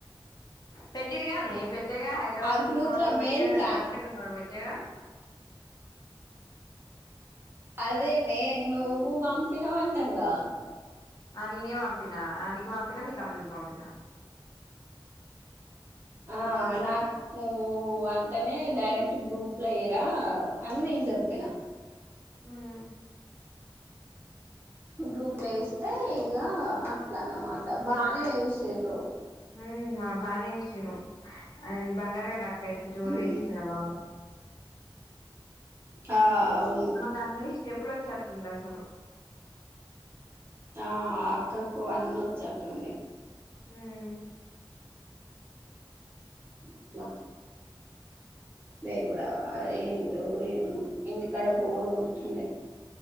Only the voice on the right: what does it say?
ఆ గ్రూప్ల
మెయిన్ కా
అదే నేన్ నువ్వు పంపినవు అంటాగా
ఆ నాకు అంటేనే డైరెక్ట్ గ్రూప్ లో ఏయిరా అని నేను చెప్పిన
గ్రూప్లో ప్లేస్తే ఇగ అట్లా అన్నమాట బానే వేశారు
హ్మ్
ఆ అవును
ఆ ఆక్కకు అన్న వచ్చేట్టుంది
ఇట్లా మేగూడా ఏం రో ఏమో ఇంటికాడ బోరుగా ఉంటుంది